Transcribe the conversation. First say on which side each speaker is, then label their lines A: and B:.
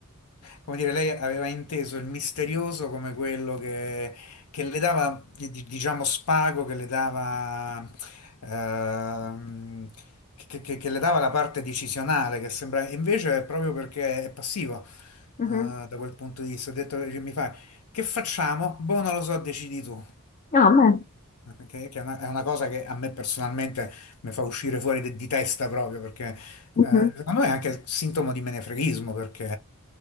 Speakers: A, on the left; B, on the left.
A: come dire, lei aveva inteso il misterioso come quello che che le dava, di- di- diciamo, spago, che le dava, ehm, che, che- che le dava la parte decisionale, che sembra, e invece è proprio perché è passivo,
B: Mhm.
A: eh, da quel punto di vista. Ho detto, che mi fai, che facciamo? Boh, non lo so, decidi tu.
B: Ah, beh.
A: Che, che è una, è una cosa che a me personalmente mi fa uscire fuori de- di testa proprio perché
B: mhm.
A: eh, secondo me è anche sintomo di menefreghismo perché